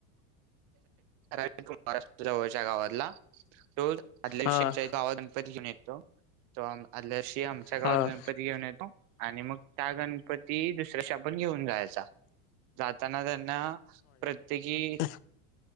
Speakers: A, on the right; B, on the left.
A: महाराष्ट्र जवळच्या गावातला तो. आदल्या दिवशीी
B: हां
A: आमच्या गावात गणपती घेऊन येतो तो आदल्या दिवशी आमच्या गावात
B: हां
A: गणपती घेऊन येतो. आणि मग त्या गणपती दुसरा्या शब्द. पण घेऊन जायचा जाताना त्यांना. प्रत्येकी
B: अ.